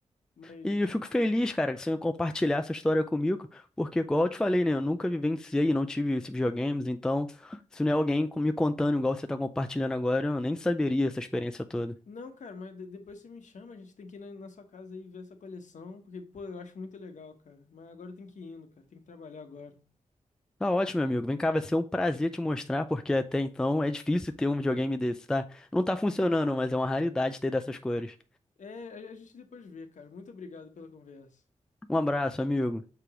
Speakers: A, on the left (about 70°); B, in the centre.
A: Mas.
B: E eu fico feliz, cara, que você compartilhar essa história comigo, porque, igual eu te falei, né, eu nunca vivenciei e não tive esses videogames, então, se não é alguém co- me contando igual você tá compartilhando agora, eu nem saberia essa experiência toda.
A: Não, cara, mas de- depois você me chama, a gente tem que ir na, na sua casa aí ver essa coleção, porque, pô, eu acho muito legal, cara. Mas agora eu tenho que ir indo, cara, tem que trabalhar agora.
B: Tá ótimo, meu amigo. Vem cá, vai ser um prazer te mostrar, porque até então é difícil ter um videogame desse, tá? Não tá funcionando, mas é uma raridade ter dessas cores.
A: É, a a gente depois vê, cara. Muito obrigado pela conversa.
B: Um abraço, amigo.